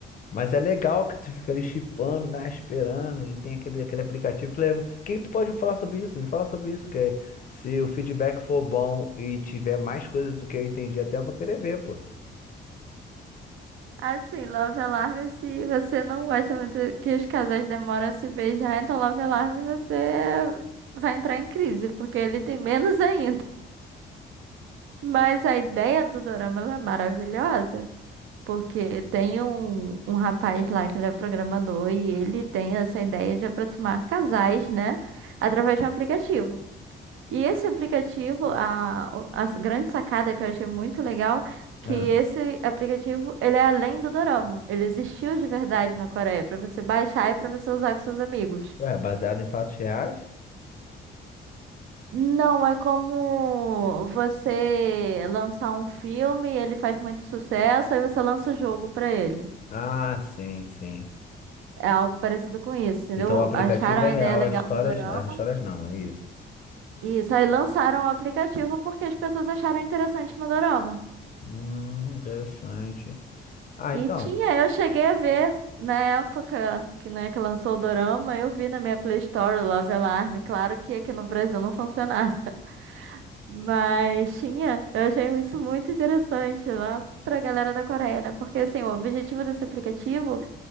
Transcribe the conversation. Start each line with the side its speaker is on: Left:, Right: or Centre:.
Left: Mas é legal que tu fica ali chipando, né, esperando, e tem aquele, aquele aplicativo que lembra. O que que tu pode me falar sobre isso? Me fala sobre isso, porque se o feedback for bom e tiver mais coisas do que eu entendi, até eu vou querer ver, pô.
Right: Assim, Love Alarm, se você não gosta muito que os casais demoram a se beijar, então Love Alarm você vai entrar em crise, porque ele tem menos <laughs> ainda. Mas a ideia do dorama ela é maravilhosa, porque tem um, um rapaz lá que ele é programador e ele tem essa ideia de aproximar casais, né, através de um aplicativo. E esse aplicativo, a, o- a grande sacada que eu achei muito legal, que
Left: Ah,
Right: esse aplicativo, ele é além do Dorama. Ele existiu de verdade na Coreia, para você baixar e para você usar com seus amigos.
Left: ué, baseado em fatos reais?
Right: Não, é como você lançar um filme, ele faz muito sucesso, aí você lança o jogo pra ele.
Left: Ah, sim, sim.
Right: É algo parecido com isso, entendeu?
Left: Então o aplicativo
Right: Acharam a
Left: é real,
Right: ideia legal
Left: as histórias,
Right: no Dorama.
Left: as histórias não, é isso.
Right: Isso, aí lançaram o aplicativo porque as pessoas acharam interessante no Dorama.
Left: Hum, interessante. Ah,
Right: E
Left: então,
Right: tinha, eu cheguei a ver na época que, né, que lançou o Dorama, eu vi na minha Play Store o Love Alarm. Claro que aqui no Brasil não funcionava, <laughs> mas tinha. Eu achei isso muito interessante lá pra galera da Coreia, né? Porque assim, o objetivo desse aplicativo